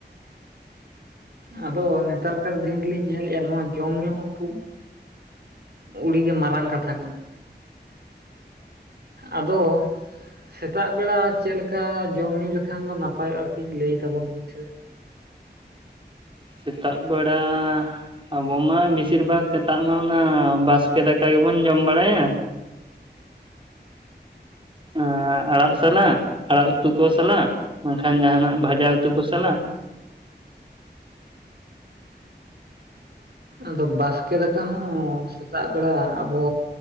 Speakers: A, on the right; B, on the right.
A: ᱟᱫᱚ ᱱᱮᱛᱟᱨ ᱠᱟᱨ ᱫᱤᱱ ᱨᱮᱞᱤᱧ ᱧᱮᱞᱮᱫᱼᱟ ᱱᱚᱣᱟ ᱡᱚᱢ ᱧᱩ ᱦᱚᱸ ᱠᱷᱩᱵ ᱩᱹᱰᱤ ᱜᱮ ᱢᱟᱨᱟᱝ ᱠᱟᱛᱷᱟ ᱠᱟᱱᱟ ᱟᱫᱚ ᱥᱮᱛᱟᱜ ᱵᱮᱲᱟ ᱪᱮᱫ ᱞᱮᱠᱟ ᱡᱚᱢ ᱧᱩ ᱞᱮᱠᱷᱟᱱ ᱫᱚ ᱱᱟᱯᱟᱭᱚᱜᱼᱟ ᱠᱟᱹᱡ ᱞᱟᱹᱭ ᱛᱟᱵᱚᱱ ᱵᱤᱱ ᱥᱮ?
B: ᱥᱮᱛᱟᱜ ᱵᱮᱲᱟ ᱟᱵᱚ ᱢᱟ ᱵᱤᱥᱤᱨ ᱵᱷᱟᱜ ᱥᱮᱛᱟᱜ ᱢᱟ ᱚᱱᱟ ᱵᱟᱥᱠᱮ ᱫᱟᱠᱟ ᱜᱮᱵᱚᱱ ᱡᱚᱢ ᱵᱟᱲᱟᱭᱟ᱾ ᱟᱸ ᱟᱲᱟᱜ ᱥᱟᱞᱟᱜ ᱟᱲᱟᱜ ᱩᱛᱩ ᱠᱚ ᱥᱟᱞᱟᱜ ᱵᱟᱝᱠᱷᱟᱱ ᱡᱟᱸᱦᱟᱱᱟᱜ ᱵᱷᱟᱡᱟ ᱩᱛᱩ ᱠᱚ ᱥᱟᱞᱟᱜ
A: ᱟᱫᱚ ᱵᱟᱥᱠᱮ ᱫᱟᱠᱟ ᱦᱚᱸ ᱥᱮᱛᱟᱜ ᱵᱮᱲᱟ ᱟᱵᱚ